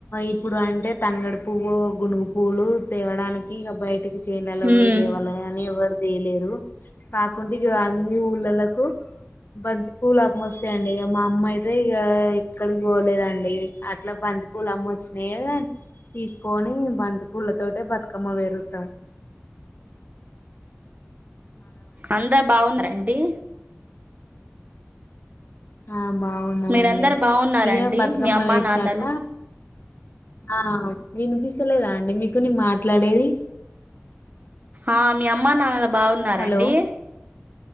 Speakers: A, on the left (about 55°); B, on the right (about 40°).
A: ఇప్పుడు అంటే తంగడి పువ్వు గునుగు పువ్వులు తేవడానికి ఇ బయటికి చేైలలో
B: ఉమ్
A: వయి దేవాాల అ ఎవరు తెయలేరు కాకుంటే ఇ అన్ని ఊళలకు బంతి పూలు మ అే అండి ఇక మా అమ్మ అయితే ఇక ఎక్కడికి పోలేదండి అట్లా బంతి పూల అమ్మ వచ్చినాయ తీసుకొని బంతి పూల తోట బతుకమ్మ వేరుస్తాం
B: అందరు బాగుందిండి ది
A: ఆ బాగున్నామండి
B: మీరందరు బాగున్నారండి
A: ఇక బతుకమ్మ
B: మీ అమ్మ
A: వేడ్చాక
B: నాన్నలు
A: ఆ వినిపిించలేదా అండి మీకు నీ మాట్లాడేది
B: ఆ మీ అమ్మా నా బాగున్నారంండి
A: హలో